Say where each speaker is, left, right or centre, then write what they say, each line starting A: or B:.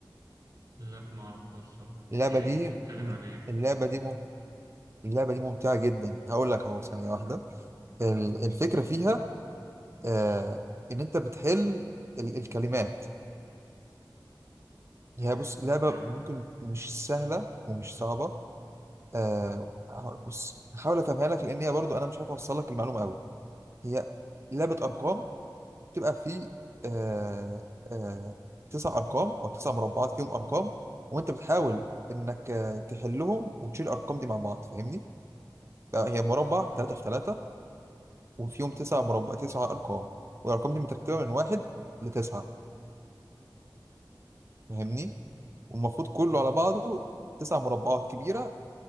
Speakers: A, on the right; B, on the right.
A: لا معرفهاش صراحة
B: اللعبة
A: إيه
B: دي
A: بتتكلم عن إيه؟
B: اللعبة دي مم... اللعبة دي ممتعة جدا هقول لك أهو ثانية واحدة ال- الفكرة فيها أه إن أنت بتحل ال- الكلمات
A: مم.
B: هي بص لعبة
A: حلو
B: ممكن مش سهلة ومش صعبة آه هقول- بص هحاول افهمها لك لان هي برضو انا مش عارف اوصل لك المعلومه قوي هي لعبه ارقام بتبقى في آه آه تسع ارقام او تسع مربعات فيهم ارقام وانت بتحاول انك آه، تحلهم وتشيل الارقام دي مع بعض فاهمني بقى هي مربع
A: أه فهمت.
B: 3 في 3 وفيهم تسع مربع تسع ارقام والارقام دي مترتبه من واحد لتسعه فاهمني والمفروض كله على بعضه تسع مربعات كبيره